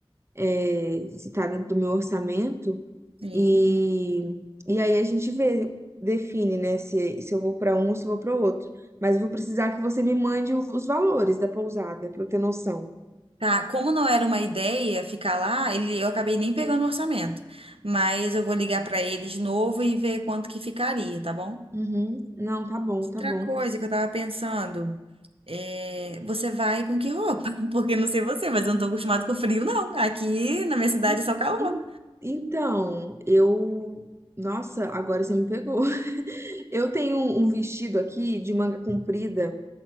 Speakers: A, on the right; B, on the right.
A: eh, se tá dentro do meu orçamento.
B: Sim.
A: E, e aí a gente vê, define, né, se, se eu vou para um ou se eu vou para outro. Mas eu vou precisar que você me mande o- os valores da pousada, para eu ter noção.
B: Tá, como não era uma ideia ficar lá, ele, eu acabei nem pegando o orçamento. Mas eu vou ligar pra ele de novo e ver quanto que ficaria, tá bom?
A: Uhum. Não, tá bom, tá
B: Outra
A: bom.
B: coisa que eu tava pensando, é, você vai com que roupa? <laughs> Porque não sei você, mas eu não tô acostumado com frio, não. Aqui na minha cidade
A: En-
B: é só calor.
A: Então, eu. Nossa, agora você me pegou. <laughs> Eu tenho um um vestido aqui de manga comprida.